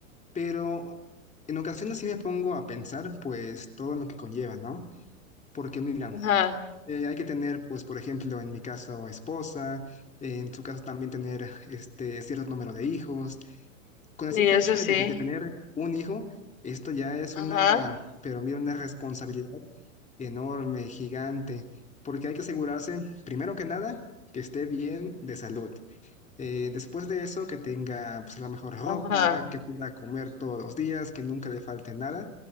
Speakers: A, on the left (about 15°); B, on the left (about 75°).
A: pero en ocasiones sí me pongo a pensar pues todo lo que conlleva, ¿no? Porque mira,
B: Ajá,
A: eh, hay que tener pues por ejemplo en mi caso esposa, en su caso también tener este cierto número de hijos. Con
B: sí,
A: el simple
B: eso
A: hecho
B: sí.
A: de, de- de tener un hijo, esto ya es
B: Ajá,
A: una, pero mira, una responsabilidad enorme, gigante, porque hay que asegurarse, primero que nada, que esté bien de salud. Eh, después de eso, que tenga pues, la mejor ropa,
B: ajá,
A: que pueda comer todos los días, que nunca le falte nada,